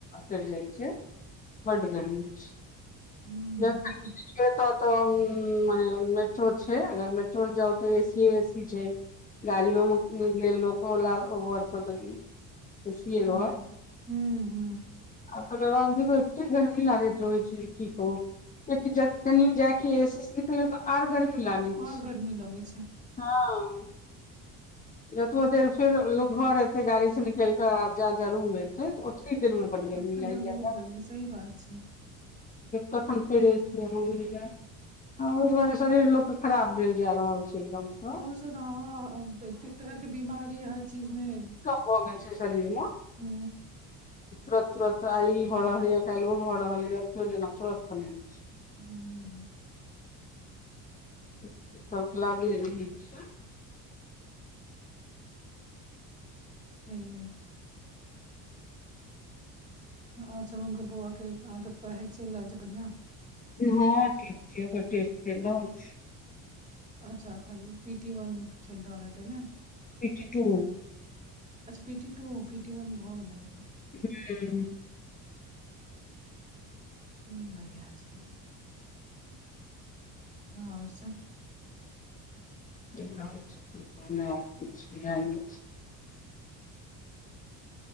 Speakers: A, on the left; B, on the right.
A: फेर जाइ छै बड्ड गर्मी छै
B: हुँ
A: नहि
B: बहुत
A: <unintelligible> ऐत तऽ माने मेेट्रो छैय अगर मेट्रो जाउ तऽ एसी एसी छै गाड़ियोमे गेल लोकला ओर स तऽ एसीये
B: ह
A: रहल
B: हू हू
A: आ तकर बाद जेबेय एते गर्मी लागैत रहैत छै की कहू कि कनी जायके एसी सीट तऽ आर गर्मी लागै
B: और
A: छै
B: गर्मी लगै
A: हँ जतबो देर फेर लोग घर एते गाड़ी से निकलि के जा ज रूम एते त ओतनी देर मे बड गर्मी
B: ओते
A: लागि
B: द
A: जायत
B: बहुत गर्मी सही बात छै
A: कखन पड़स म <unintelligible> आ ओहि दुआरे शरीर लोक के खराब भेल जा रहल छै एकदम स
B: ओ सब तो हं एतेक तरह के बीमारी हर चीज मे
A: हो गेल छै शरीर म
B: हू
A: तुरत तुरत आइ ई भऽ रहल यऽ काल्हि ओ भऽ रहल य फेर जेना स्वस्थ नै छै
B: हूं
A: <unintelligible> लागिये रहै छै
B: छैहे आओर सब हुनकर बौआ के अहाँके पढ़ाइ चलि रहल छै बढ़ियां
A: हँ ठीक छै ओकर टेस्ट चली रहल छै
B: अच्छा अखन पी टी वन चलि रहल हेतै ने
A: पी टी टू
B: अच्छा P T two PT one भऽ गेलै
A: हँ
B: ह बढ़िआँ छै आओर सब
A: झ <unintelligible>